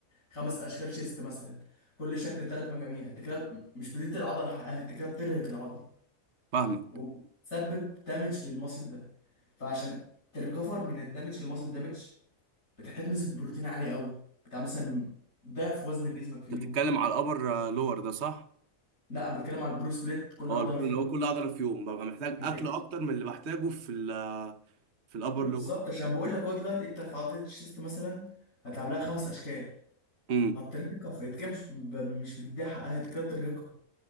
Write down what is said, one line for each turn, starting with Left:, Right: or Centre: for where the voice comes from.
Left: خمس اشكال شيست مثلا كل شكل ثلاث مجاميع انت كده مش بتدي العضله حقها انت كده بترهق العضله
Right: فاهمك
Left: وبتسبب دامج للماسل ده فعشان تريكفر من الدامج للماسل دامج بتحتاج نسبه بروتين عاليه قوي بتاع مثلا ضعف وزن جسمك في
Right: انت
Left: اليوم
Right: بتتكلم على الابر لور ده صح
Left: لا انا بتكلم على البرو سبليت كل
Right: اه
Left: عضله
Right: البول
Left: في
Right: اللي
Left: يوم
Right: هو كل عضله في يوم ببقى محتاج
Left: انت
Right: اكل اكتر من اللي بحتاجه في ال في الابر
Left: ما بالظبط
Right: لور
Left: عشان بقول لك هو دلوقتي انت في عضله الشيست مثلا هتلعب لها خمس اشكال
Right: امم
Left: هترهقها فانت كده مش ب... مش بتديها حقها انت كده بترهقها